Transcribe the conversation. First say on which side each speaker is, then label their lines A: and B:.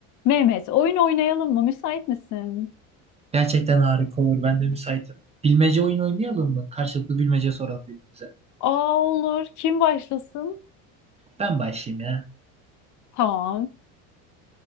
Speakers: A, on the left (about 50°); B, on the right (about 20°).
A: Mehmet, oyun oynayalım mı? Müsait misin?
B: Gerçekten harika olur. Ben de müsaitim. Bilmece oyun oynayalım mı? Karşılıklı bilmece soralım birbirimize.
A: Aa olur. Kim başlasın?
B: Ben başlayayım ya.
A: Tamam.